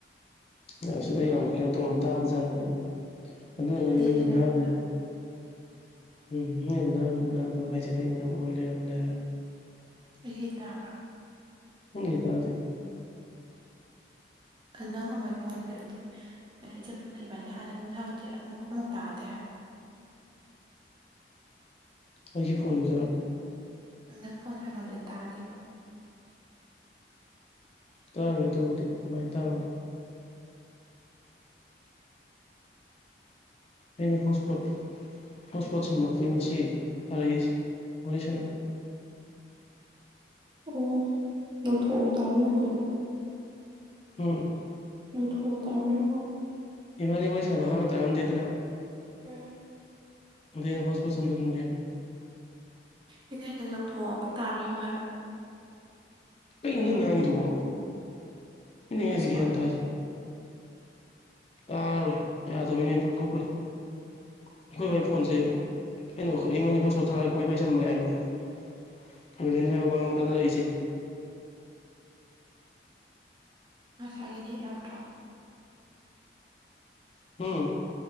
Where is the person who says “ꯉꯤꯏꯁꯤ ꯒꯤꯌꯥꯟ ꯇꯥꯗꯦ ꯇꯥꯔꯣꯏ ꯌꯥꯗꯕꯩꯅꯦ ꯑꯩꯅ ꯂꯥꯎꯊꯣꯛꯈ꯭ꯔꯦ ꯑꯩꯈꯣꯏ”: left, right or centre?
Left